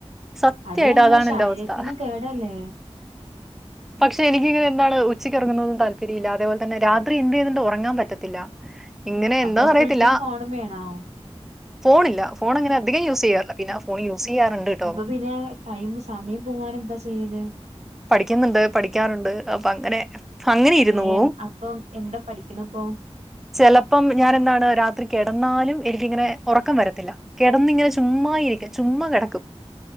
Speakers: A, in the centre; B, on the right.
A: സത്യമായിട്ടും
B: അത് ഞമ്മളെ
A: അതാണ്
B: ശരീരത്തിന്
A: എന്റെ അവസ്ഥ
B: കേടല്ലേ
A: പക്ഷേ എനിക്ക് എന്താണ് ഉച്ചക്ക് ഒറങ്ങുന്നതും താൽപര്യം ഇല്ല അതേപോലെ തന്നെ രാത്രി എന്തേയ്തിട്ടും ഒറങ്ങാൻ പറ്റത്തില്ല ഇങ്ങനെ
B: അപ്പൊ
A: എന്തോ അറിയത്തില്ല
B: ഫുൾ ടൈം ഫോണും വേണോ
A: ഫോണില്ല ഫോൺ അങ്ങനെ അധികം യൂസ് ചെയ്യാറില്ല പിന്നെ ഫോൺ യൂസ് ചെയ്യാറുണ്ട് ട്ടോ
B: അപ്പോ പിന്നെ ടൈമ് സമയം പോവാനും എന്താ ചെയ്യല്
A: പഠിക്കുന്നുണ്ട് പഠിക്കാറുണ്ട് അപ്പോ അങ്ങനെ അങ്ങനെ ഇരുന്നു
B: ഏ
A: പോവും
B: ൻ അപ്പം എന്താ പഠിക്കണ്പ്പോ
A: ചെലപ്പം ഞാൻ എന്താണ് രാത്രി കെടന്നാലും എനിക്കിങ്ങനെ ഒറക്കം വരത്തില്ല കെടന്നിങ്ങനെ ചുമ്മാ ഇരിക്കും ചുമ്മാ കെടക്കും